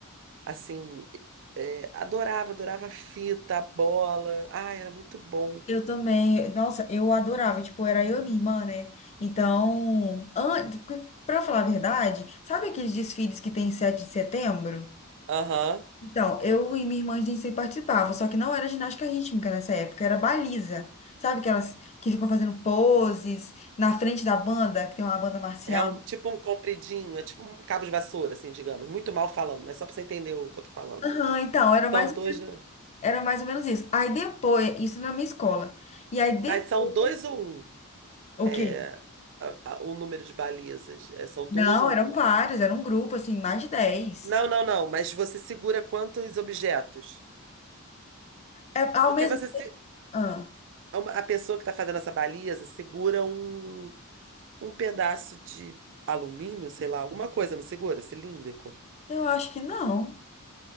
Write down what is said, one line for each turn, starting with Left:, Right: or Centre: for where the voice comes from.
Right: Assim, é, adorava, adorava a fita, a bola. Ai, era muito bom.
Left: Eu também, nossa, eu adorava, tipo, era eu e minha irmã, né? Então, an... pra falar a verdade, sabe aqueles desfiles que tem em 7 de setembro?
Right: Aham.
Left: Então, eu e minha irmã, a gente sempre participava, só que não era ginástica rítmica nessa época, era baliza. Sabe aquelas que ficam fazendo poses na frente da banda, que tem uma banda marcial?
Right: É um, tipo um compridinho, é tipo um cabo de vassoura, assim, digamos. Muito mal falando, mas só pra você entender o que eu tô falando.
Left: Aham, então, era mais,
Right: São dois, né?
Left: era mais ou menos isso. Aí depois, isso na minha escola. E aí depois,
Right: Mas são dois ou um,
Left: o
Right: é,
Left: quê?
Right: a- a- o número de balizas. É, são dois
Left: Não,
Right: ou
Left: eram
Right: uma.
Left: vários, era um grupo, assim, mais de dez
Right: Não, não, não, mas você segura quantos objetos?
Left: É, ao
Right: Porque
Left: mesmo
Right: você se,
Left: Ah,
Right: é uma- a pessoa que está fazendo essa baliza segura um, um pedaço de alumínio, sei lá, alguma coisa, não segura? Cilíndrico?
Left: eu acho que não.